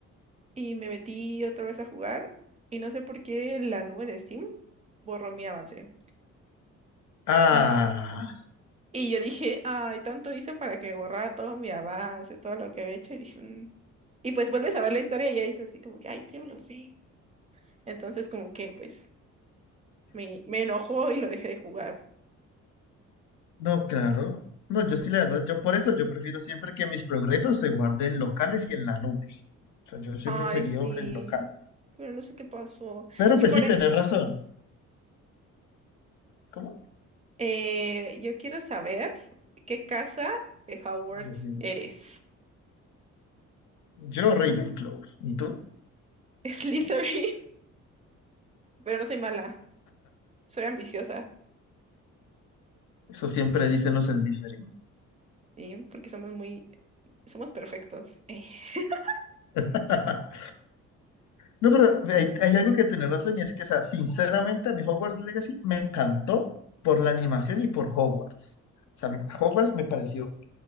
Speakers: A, on the right; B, on the left.
A: y me metí otra vez a jugar, y no sé por qué la nube de Steam borró mi avance.
B: Ah,
A: Y, y yo dije, ay, tanto hice para que borrara todo mi avance, todo lo que había hecho, y dije, "Mm". Y pues vuelves a ver la historia y ya dices así como que, ay, sí, me lo sé. Entonces como que pues Me, me enojó y lo dejé de jugar.
B: no, claro. No, yo sí, la verdad, yo por eso yo prefiero siempre que mis progresos se guarden locales y en la nube. O sea, yo siempre
A: Ay,
B: preferí
A: sí,
B: el local.
A: pero no sé qué pasó.
B: Pero
A: Y
B: pues
A: por
B: sí, tenés
A: e-
B: razón. ¿Cómo?
A: eh, yo quiero saber qué casa de Hogwarts
B: Decime.
A: eres.
B: Yo Ravenclaw. ¿Y tú?
A: <laughs> Slytherin, pero no soy mala, soy ambiciosa,
B: Eso siempre dicen los Slytherin.
A: ¿sí? Porque somos muy, somos perfectos. Eh. <laughs>
B: <laughs> No, pero hay, hay algo que tener razón y es que, o sea, sinceramente a mi Hogwarts Legacy me encantó por la animación y por Hogwarts. O sea, mi- Hogwarts me pareció